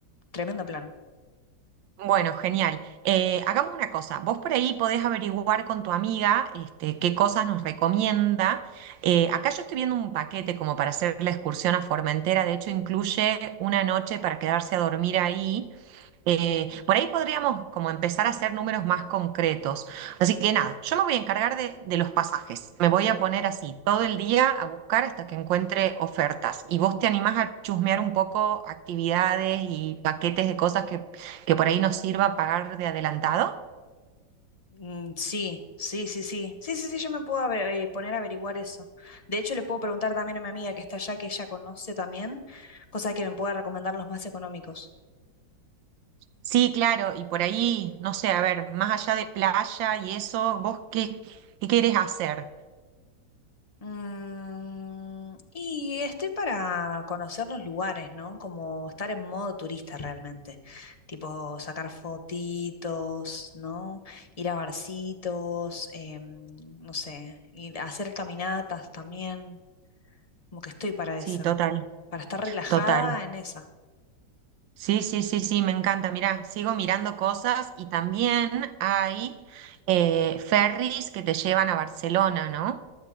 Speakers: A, on the left; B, on the right.
A: tremendo plan.
B: Bueno, genial. Eh, hagamos una cosa. Vos por ahí podés averiguar con tu amiga este, qué cosas nos recomienda. Eh, acá yo estoy viendo un paquete como para hacer la excursión a Formentera. De hecho, incluye una noche para quedarse a dormir ahí. Eh, por ahí podríamos como empezar a hacer números más concretos. Así que nada, yo me voy a encargar de, de los pasajes. Me voy a poner así todo el día a buscar hasta que encuentre ofertas. Y vos te animás a chusmear un poco actividades y paquetes de cosas que, que por ahí nos sirva pagar de adelantado.
A: Mm, Sí, sí, sí, sí. Sí, sí, sí, yo me puedo aver- eh, poner a averiguar eso. De hecho, le puedo preguntar también a mi amiga que está allá, que ella conoce también, cosa que me pueda recomendar los más económicos.
B: Sí, claro, y por ahí, no sé, a ver, más allá de playa y eso, ¿vos qué, qué querés hacer?
A: Mm, y estoy para conocer los lugares, ¿no? Como estar en modo turista realmente. Tipo sacar fotitos, ¿no? Ir a barcitos, em, no sé, ir a hacer caminatas también. Como que estoy para
B: Sí,
A: esa.
B: total,
A: Para estar relajada
B: total.
A: en esa.
B: Sí, sí, sí, sí, me encanta. Mirá, sigo mirando cosas y también hay eh, ferries que te llevan a Barcelona, ¿no?